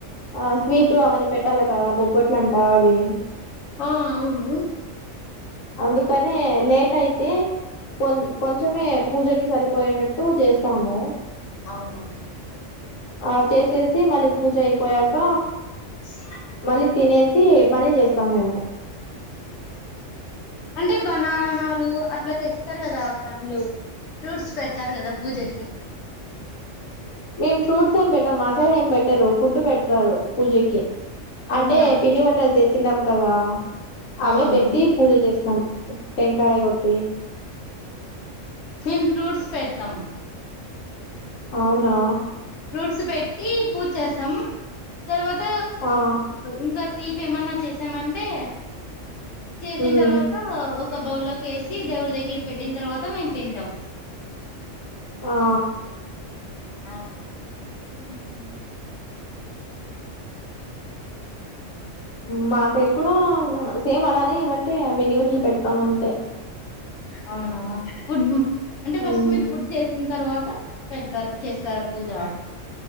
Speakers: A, on the left; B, on the left.
A: ఆ స్వీట్ అవన్న పెట్టాలి కదా బొబ్బొట్లు అంట అవి
B: ఆ అవును
A: అందుకనే లేట్ అయితే కొం కొంచమే పూజకి సరిపోయేటట్టు చేస్తాము
B: అవునవు
A: ఆ చేసేసి మళ్ళీ పూజ అయిపోయాక
B: అవునా
A: మళ్ళీ తినేసి మళ్ళీ చేస్త సమయము
B: అంటే బనానాలు అట్లా తెస్తారు కదా పండ్లు ఫ్రూట్స్ తెస్తరు కదా పూజకి
A: మేం ఫ్రూట్స్ ఏం పెట్టాం మసైడ్ఏం పెట్టరు ఫుడ్ పెడతారు పూజకి
B: అవునా?
A: అంటే పిండి వంటలు చేసి తింటాముకాదా అవే
B: అవును
A: పెట్టి పూజ చేస్తాం పెంకాయ కొట్టి
B: మేము ఫ్రూట్స్ పెడతాం
A: అవునా
B: ఫ్రూట్స్ పెట్టి పూజ చేస్తాం తర్వాత
A: ఆ
B: ఇంకా తీపి ఏమన్నా చేసామంటె చేసిన
A: ఉమ్
B: తర్వాత ఒక ఒక బౌ లోకి వేసి దేవుడి దగ్గర పెట్టిన తర్వాత మేము తింటాం
A: ఆ
B: ఆ
A: హమ్ మా సైడ్ కూడా సేమ్ అలానే ఏమంటే అ వెండివన్నలు పెడతాము అంతే
B: అవునా ఎప్పుడు అంటే ఫస్ట్
A: ఉమ్
B: మీరు ఫుడ్ చేసిన తర్వాత పెడతారు చేస్తారా పూజ